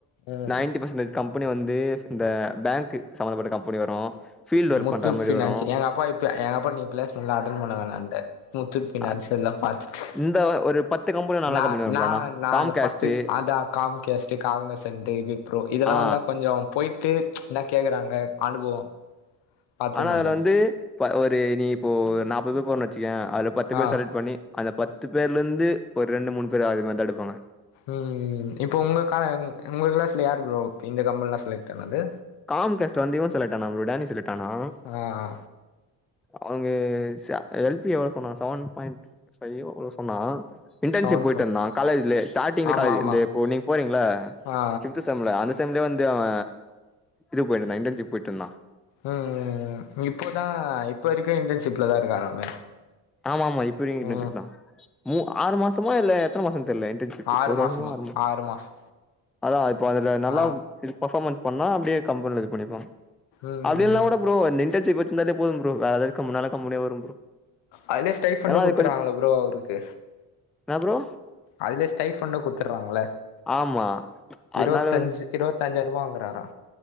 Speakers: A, on the left; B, in the centre.
A: ம்
B: நைன்டி பர்சன்டேஜ் கம்பெனி வந்து இந்த பேங்க்கு சம்பந்தப்பட்ட கம்பெனி வரு ஃபீல்டு ஒர்க்
A: முத்தூட்
B: பண்ற மாரி
A: பினான்ஸ்
B: வரு
A: எங்கப்பா இப்பியே எங்கப்பா நீ ப்ளேஸ்மெண்ட்லா அட்டன் பண்ண வேண்டான்டாரு முத்தூட் பினான்ஸ்
B: அ
A: எல்லா பாத்துட்டு
B: இந்த ஒரு பத்து கம்பெனி நல்ல
A: நா
B: கம்பெனி வரு
A: நா
B: ப்ரோ ஆனா
A: நா
B: காம்கேஸ்ட்டு
A: அத பத்து அத காம்மிக்க வெஸ்ட்டு <unintelligible> ப்ரோ இதெல்லா
B: ஆ
A: வந்தா கொஞ்சோ போயிட்டு என்ன கேக்குறாங்க அனுபவோ பாத்துக்குனு
B: ஆனா அதுல
A: வந்தனு
B: வந்து ஒரு நீ இப்போ நாப்பது பேர் போறோன் வெச்சுக்கயே அதுல பத்து பேர்
A: ஆ
B: செலக்ட் பண்ணி அந்த பத்து பேர்லருந்து ஒரு ரெண்டு மூணு பேர் அது மாத் தா எடுப்பாங்க
A: ம் இப்போ உங்க கா உங்க க்ளாஸ்ல யார்ரு ப்ரோ இந்த கம்பெனிலா செலக்ட்டானது
B: காம் கேஸ்ட் வந்து இவ செலக்ட் ஆனா ப்ரோ டேனி செலக்ட் ஆனா
A: ஆ ஆ
B: அவங்க ச எல் பி எவ்வளோ சொன்னா செவன் பாயிண்ட் ஃபையோ எவ்ளோ சொன்னா இன்டர்ன்ஷிப்
A: சவுண்ட்
B: போயிட்டுந்தா
A: போ
B: காலேஜ்லே ஸ்டார்ட்ங்லே
A: ஆமா
B: காலேஜ்
A: ஆமா
B: இந்த இப்போ நீங் போறீங்களா
A: ஆ
B: ஃபிப்த்து சம்ல அந்த செம்லியே வந்து அவ இதுக் போயிட் இருந்தா இண்டன்சிப் போயிட்ருந்தா
A: ம் இப்போதா இப்ப இருக்க இன்டர்ன்ஷிப்ல தா இருக்காராமே
B: ஆமா ஆமா இப்ப இருந்தே இன்டர்ன்ஷிப்
A: ம்
B: தா மூ ஆறு மாசமோ இல்ல எத்தன மாசன் தெர்லே டண்சிப்பு
A: ஆறு
B: ஒரு வருஷமா
A: மாசமா
B: ஆறு மா
A: மாசோ
B: அதா இப்ப அதுல நல்லாவ்
A: ஆ
B: இரு ஃபர்மன்ஸ் பண்ணா அப்படியே கம்பெல்ல இது பண்ணிர்பாங்
A: ம்
B: அப்படின்லா கூட ப்ரோ இந்த இன்டர்ன்ஷிப் வச்சிருந்தாலே போதும் ப்ரோ வேல இருக்க முன்னால்ல கம்பெனியா வரும் ப்ரோ
A: அதுலேயே ஸ்டைட் ஃபண்டு
B: ஏன்னா அது
A: குடுத்துறாங்கள
B: கொஞ்ச
A: ப்ரோ அவருக்கு
B: என்ன ப்ரோ
A: அதிலே ஸ்டைஃபண்டு குத்தற்றாங்கள
B: ஆமா
A: இருவத்தஞ்சு
B: அதனால
A: இருவத்தஞ்சாயிரவா வாங்கறாரா